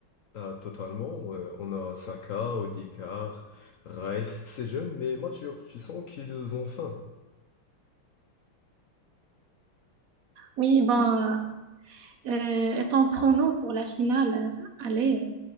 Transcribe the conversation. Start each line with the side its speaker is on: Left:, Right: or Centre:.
Left: Ah, totalement. euh, on a Saka, Odegaard, Rice. C'est jeune mais mature. Tu sens qu'ils ont faim.
Right: Oui, ben, euh, étant prono pour la finale, euh, allez, euh,